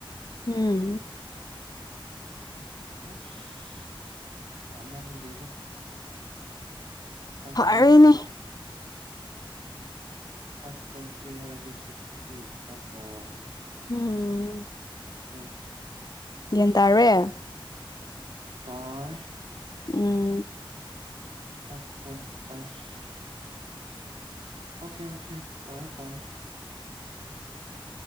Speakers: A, on the left; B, on the right.
A: ꯎꯝ
B: ꯑꯦꯁ ꯌꯥꯝꯃꯟꯗꯦꯗ ꯐꯥꯏꯚ
A: ꯐꯔꯣꯏꯅꯦ
B: ꯄꯣꯏꯟ ꯐꯥꯏꯚ ꯄꯣꯏꯟ ꯊ꯭ꯔꯤ ꯍꯥꯏꯔꯗꯤ ꯁꯤꯛꯁꯇꯤ ꯑꯍꯣ
A: ꯎꯝ
B: ꯑꯣꯀꯦ ꯑꯣꯀꯦ ꯑꯣꯀꯦ
A: ꯒꯤꯌꯥꯟꯟ ꯇꯥꯔꯦ
B: ꯇꯥꯔꯦ
A: ꯎꯝ
B: five point five okay okay ꯇꯥꯔꯦ ꯇꯥꯔꯦ